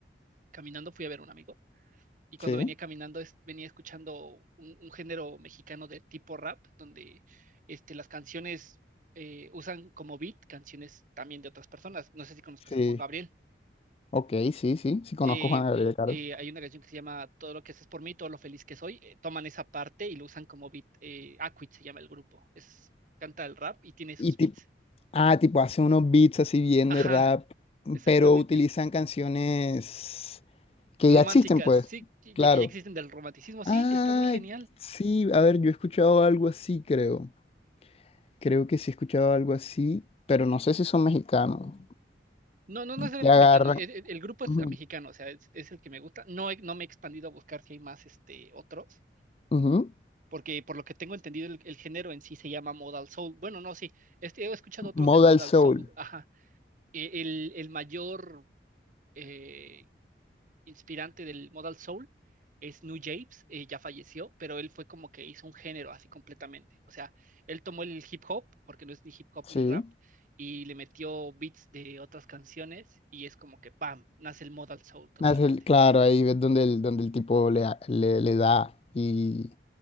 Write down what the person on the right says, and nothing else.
caminando, fui a ver a un amigo y cuando
venía caminando es- venía escuchando un, un género mexicano de tipo rap, donde este, las canciones eh, usan como beat canciones también de otras personas. No sé si conozcas
a Juan Gabriel.
Eh,
eh, hay una canción que se llama Todo lo que haces por mí, todo lo feliz que soy. Eh, toman esa parte y lo usan como beat. Eh, Acquit se llama el grupo. Es, canta el rap y tiene esos
beats.
Ajá,
exactamente.
Románticas,
sí, que
que ya existen del romanticismo,
sí, y está muy genial.
No, no necesariamente
mexicano. e- e- El, grupo es
ah, mexicano, o sea, es, es el que me gusta. No, he- no me he expandido a buscar si hay más este, otros,
porque por lo que tengo entendido, el, el género en sí se llama Modal Soul. Bueno, no, sí, este, he escuchado otros
del Modal
Soul. Ajá. E- El, el mayor eh, inspirante del Modal Soul es New Japes, eh, ya falleció, pero él fue como que hizo un género así completamente. O sea, él tomó el hip hop, porque no es ni hip hop
ni rap, y le metió beats de otras canciones y es como que, ¡pam!, nace el Modal Soul totalmente.